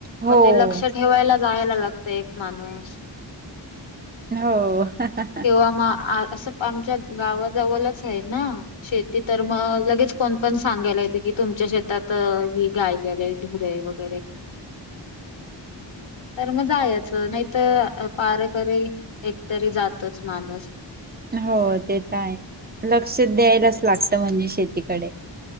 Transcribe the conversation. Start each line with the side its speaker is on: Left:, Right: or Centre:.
Right: हो
Left: मगं ते लक्षं
Right: हो.
Left: ठेवांय लागतं जायंला लागतं एक माणूंस
Right: हो हो हो हं हं
Left: किंव्हा मंग असं आमच्यां गावांजवळंलाचं आहे नां शेती तरं मंग लगेच कोणं पणं सांगायला येते की तुमच्या शेतांत ही गायं गेले ढुंरे वैर तरं मंग जायचं नाहीं तरं पारकरी एकतरी जायचं माणूंस
Right: हो ते तरं आहे लंक्ष द्यायलांच लागतं म्हणजे शेतीकडे